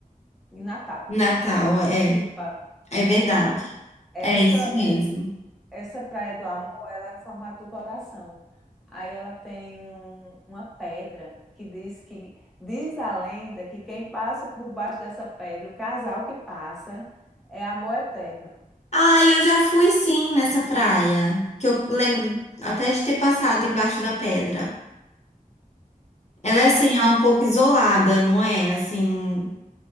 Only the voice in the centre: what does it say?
em Natal,
em Pipa,
em
Pipa. Essa
é- essa Praia do Amor, ela é o formato do coração. Aí ela tem um- uma pedra que diz que diz a lenda que quem passa por baixo dessa pedra, o casal que passa, é amor eterno.
Tá
Nessa
praia.